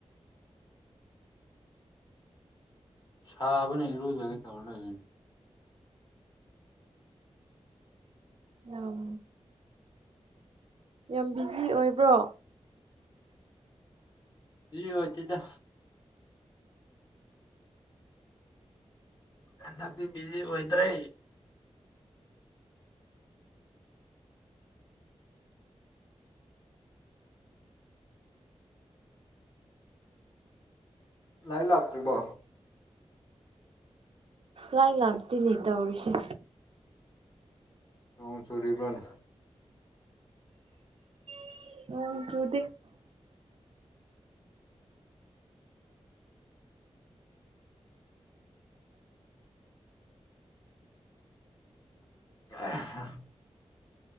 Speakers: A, on the left; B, on the right.
A: ꯁꯥꯕꯅ ꯏꯔꯣꯏꯖꯒꯦ ꯇꯧꯔ ꯂꯩꯔꯨꯏ
B: ꯌꯥꯝ ꯌꯥꯝ ꯕꯤꯖꯤ ꯑꯣꯏꯕ꯭ꯔꯣ
A: ꯑꯣꯏꯗꯦꯗꯥ ꯍꯟꯇꯛꯇꯤ ꯕꯤꯖꯤ ꯑꯣꯏꯗ꯭ꯔꯦ ꯂꯥꯏ ꯂꯥꯛꯇꯔꯤꯕꯣ
B: ꯂꯥꯏ ꯂꯥꯛꯇꯦꯅꯦ ꯇꯧꯔꯤꯁꯦ
A: ꯅꯣꯡꯆꯨꯔꯤꯕꯥꯔꯥ
B: <unintelligible> ꯅꯣꯡ ꯆꯨꯗꯦ
A: <unintelligible>